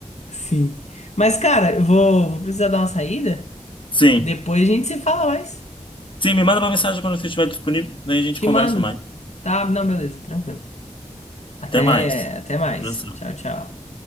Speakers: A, on the left (about 70°); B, on the left (about 45°).
A: Sim. Mas, cara, eu vou, vou precisar dar uma saída.
B: <laughs> Sim.
A: Depois a gente se fala mais.
B: Sim, me manda uma mensagem quando você estiver disponível, daí a gente
A: Te
B: conversa
A: mando.
B: mais.
A: Tá? Não, beleza, tranquilo. Até,
B: Até mais.
A: até mais.
B: Abração.
A: Tchau, tchau.